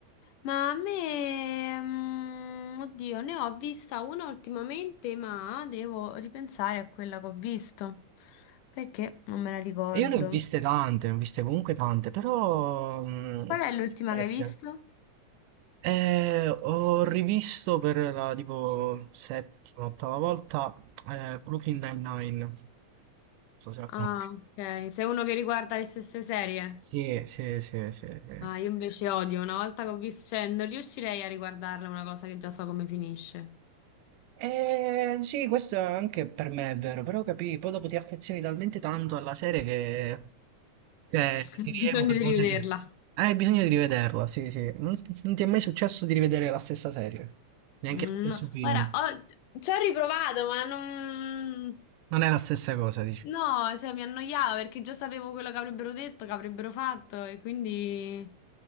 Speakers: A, on the left; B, on the right.
A: Ma a me, mm, oddio, ne ho vista una ultimamente, ma devo ripensare a quella che ho visto, perché non me la ricordo.
B: Io ne ho viste tante, ne ho viste comunque tante, però mm,
A: Qual
B: sempre
A: è l'ultima
B: le stesse.
A: che hai visto?
B: Eh, ho rivisto per la tipo settima, ottava volta eh, Brooklyn Nine-Nine. Non so se la conosci.
A: Ah, ok, sei uno che riguarda le stesse serie?
B: Sì, sì, sì, sì, sì.
A: Ah, io invece odio, una volta che ho visto, cioè, non riuscirei a riguardarla una cosa che già so come finisce.
B: Eh, sì, questo anche per me è vero, però capì, poi dopo ti affezioni talmente tanto alla serie che,
A: <laughs>
B: che
A: Ho
B: ti rievoca
A: bisogno
B: cose
A: di rivederla.
B: che... Hai bisogno di rivederla, sì, sì. Non, non ti è mai successo di rivedere la stessa serie, neanche
A: Mm,
B: lo stesso film.
A: ora, ho- ci ho riprovato, ma non...
B: Non è la stessa cosa, dici.
A: No, cioè, mi annoiavo perché già sapevo quello che avrebbero detto, che avrebbero fatto e quindi...